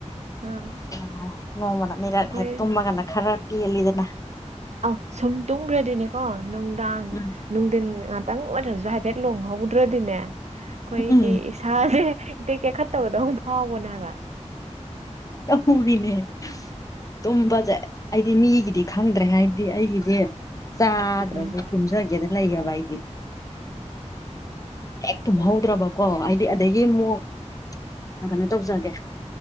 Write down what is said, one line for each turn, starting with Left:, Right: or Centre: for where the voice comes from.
Right: ꯑꯥ
Left: ꯃꯥꯜꯂꯦ ꯅꯣꯡꯃꯗ ꯑꯅꯤꯔꯛ
Right: ꯑꯩꯈꯣꯏ
Left: ꯍꯦꯛ ꯇꯨꯝꯃꯒꯅ ꯈꯔ ꯄꯦꯜꯂꯤꯗꯅ
Right: ꯑꯧ ꯁꯨꯝ ꯇꯨꯝꯈ꯭ꯔꯗꯤꯅꯦꯀꯣ ꯅꯨꯡꯗꯥꯡ
Left: ꯎꯝ
Right: ꯅꯨꯡꯊꯤꯟ ꯉꯥꯛꯇꯪ ꯑꯣꯏꯔꯁꯨ ꯍꯥꯏꯐꯦꯠ ꯂꯣꯡꯍꯧꯗ꯭ꯔꯗꯤꯅꯦ ꯑꯩꯈꯣꯏꯒꯤ
Left: ꯎꯝ
Right: ꯏꯁꯥꯁꯦ ꯏꯇꯦꯛ ꯇꯦꯛꯈꯠꯇꯕꯗꯧ ꯐꯥꯎꯕꯅꯦ ꯍꯥꯏꯕ
Left: <inaudible> ꯄꯨꯨꯔꯤꯅꯦ ꯇꯨꯝꯕꯁꯦ ꯑꯩꯗꯤ ꯃꯤꯒꯤꯗꯤ ꯈꯪꯗ꯭ꯔꯦ ꯍꯥꯏꯗꯤ ꯑꯩꯒꯤꯗꯤ ꯆꯥꯗ꯭ꯔꯁꯨ
Right: ꯎꯝ
Left: ꯇꯨꯝꯖꯒꯦꯗꯅ ꯂꯩꯌꯦꯕ ꯑꯩꯗꯤ ꯍꯦꯛ ꯇꯨꯝꯍꯧꯗ꯭ꯔꯕꯀꯣ ꯑꯩꯗꯤ ꯑꯗꯒꯤ ꯑꯃꯨꯛ ꯑ ꯀꯩꯅꯣ ꯇꯧꯖꯒꯦ